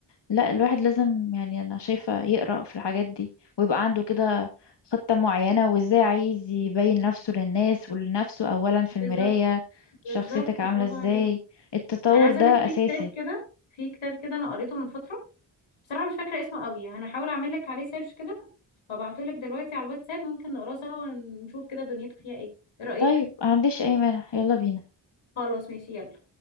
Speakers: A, on the left (about 60°); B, on the left (about 85°).
A: لا الواحد لازم يعني انا شايفة يقرأ في الحاجات دي ويبقى عنده كده خطة معينة وازاي عايز يبين نفسه للناس ولنفسه اولا في المراية
B: بالظبط
A: شخصيتك
B: بالظبط
A: عاملة
B: برافو
A: ازاي
B: عليكي
A: التطور
B: انا عايزه
A: ده
B: اقول
A: اساسي
B: لك في كتاب كده في كتاب كده انا قريته من فتره بصراحه مش فاكره اسمه قوي انا هحاول اعمل لك عليه سيرش كده وابعته لك دلوقتي على الواتساب ممكن نقراه سوا ونشوف كده دنيته فيها ايه ايه رايك
A: طيب ما عنديش اي مانع يلا بينا
B: خلاص ماشي يلا